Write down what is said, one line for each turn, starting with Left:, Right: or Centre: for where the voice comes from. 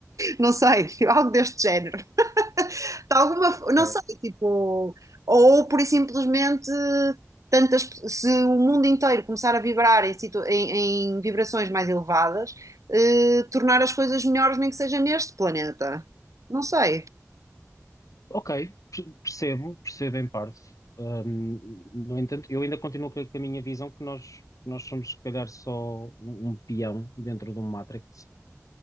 Right: não sei, <laughs> algo deste género. De alguma, f- não
Left: ok.
Right: sei, tipo, ou por e simplesmente tantas, pe- se o mundo inteiro começar a vibrar em, situ- em- em vibrações mais elevadas, eh, tornar as coisas melhores, nem que seja neste planeta. Não sei.
Left: Ok, per- percebo, percebo em parte. Ahm, no entanto, eu ainda continuo com a com a minha visão que nós, nós somos, se calhar, só um, um peão dentro de um Matrix.